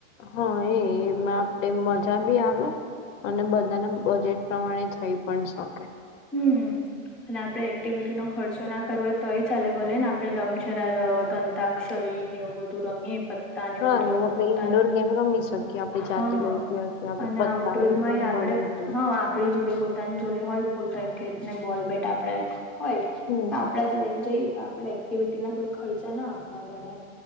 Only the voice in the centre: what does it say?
હમ્મ. અને આપડણે એક્ટિવિટી નો ખર્ચો ના કરવો હોય તોય ચાલે ભલે ને આપડણે દમ શરાર તંત્ર અંતાક્ષળી ને એઉ બધું રમીએ પતા એવું
બધું આપણું
પોતાનું
હા
અને
આઉટડોરમાં
આપણેે
હા આપણી જોડે પોતાની જોડે હોય ફૂલ રેકેટ ને બોલ બેટ આપડે હોય તો
આપડા જ લઈને જઈએ તો આપણે એક્ટિવિટી ના કોઈ ખર્ચા ના આપવા પડે